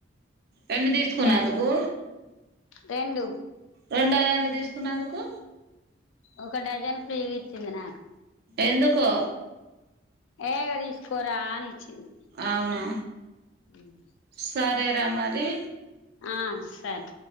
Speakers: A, on the right; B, on the left.
A: రెండు తీసుకున్నందుకు
B: ఏ రెండు
A: రెండు డజన్లు తీసుకున్నందుకు
B: ఒక డజన్ ఫ్రీగిచ్చింది నాక్
A: ఎందుకో
B: ఏ ఇగ దీసుకోరా అనీచ్చింది
A: అవునా
B: ఉహ్
A: సరేరా మరి
B: ఆ సరే